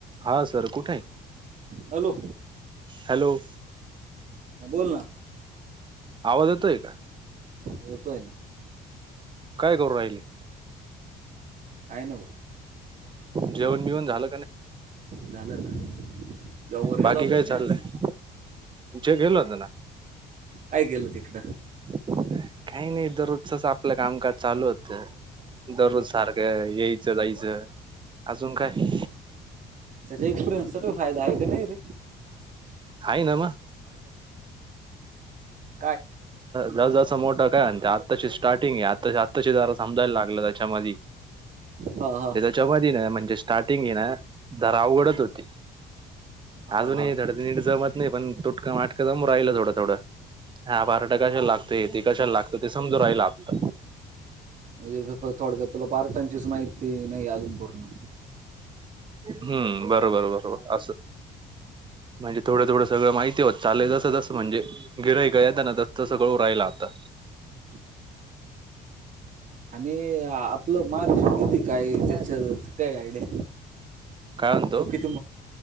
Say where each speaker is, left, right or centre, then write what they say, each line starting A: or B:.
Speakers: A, on the right (about 30°); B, on the right (about 45°).
A: हा सर कुठय,
B: hello
A: hello.
B: म बोल ना
A: आवाज येतोय का
B: येतोय ना
A: काय करू राहिले
B: आहे नऊ
A: जेवण बिवण झालं का नाही
B: झालं ना जर गेला
A: बाकी
B: होता
A: काय
B: का
A: चाललंय
B: नाही आज
A: जे घेल होत ना
B: काय गेलं तिकडं
A: काही नाही दररोज तसं आपलं कामकाज चालू होत दररोज सारखं यायचं जायचं अजून काय
B: त्याच्या एक्सपिरियन्सचा फायदा आहे का नाही रे
A: आहे ना मग
B: काय
A: जात जास्त मोठं काय आत्ताची स्टार्टिंग आहे आत्ता आत्ताची जराा समजायला लागलं त्याच्यामध्ये <inaudible>
B: हा हा
A: जमधनं म्हणजे स्टार्टिंग ये नां धर उघडत होती
B: हा
A: अजूनही
B: हा
A: थडंीड जमत नाही पण तुटकं वाटकं जमून राहिलं थोडं थोडं हा बारा टाकाशला लागतं एकाशाला लागतं ते समजू रायला लागत
B: म्हणजे थोडं तुला पार्टांचीच माहिती नाही अजमपूर्ण
A: हम्म बरोबर बरोबर असं म्हणजे थोडं थोंगळ माहिती होत चालसं तस म्हणजे गिरय गत ना त्यास्तं सगळं उ राहिला आता
B: ह आणि आपलं मार्ष्ट किती काय
A: मला
B: काययड
A: काय म्हणतो
B: तो किती